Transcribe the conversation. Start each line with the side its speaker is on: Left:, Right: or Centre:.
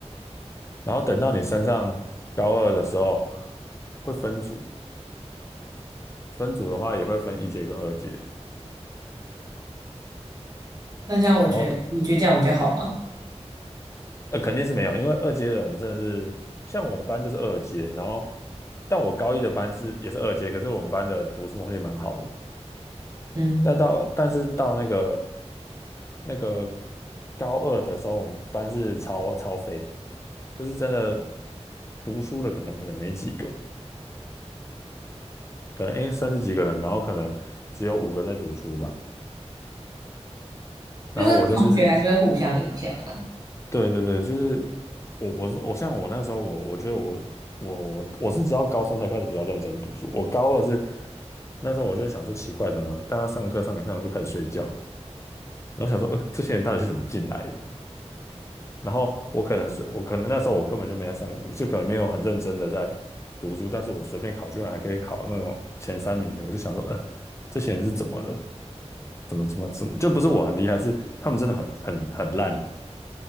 Left: 然后等到你升上高二的时候，会分组，分组的话也会分一阶跟二阶。
Right: 那这样我觉得你觉得这样比较好吗？
Left: 然后呃，肯定是没有，因为二阶的人真的是，像我们班就是二阶，然后，但我高一的班是也是二阶，可是我们班的读书风气蛮好的，
Right: 嗯，
Left: 但到但是到那个那个高二的时候，我们班是超超废，就是真的读书的可能可能没几个，可能诶三十几个人，然后可能只有五个在读书吧，然后我就是
Right: 就是同学还是会互相影响啊，
Left: 对对对，就是我我是我像我那时候我我觉得我我我我是直到高三才开始比较认真读书，我高二是那时候我就想说奇怪，怎么大家上课上一上就开始睡觉，然后想说、呃、这些人到底是怎么进来的？然后我可能随我可能那时候我根本就没在上，就可能没有很认真的在读书，但是我随便考居然还可以考那种前三名的，我就想说呃这些人是怎么了？怎么怎么怎么？就不是我很厉害，是他们真的很很很烂。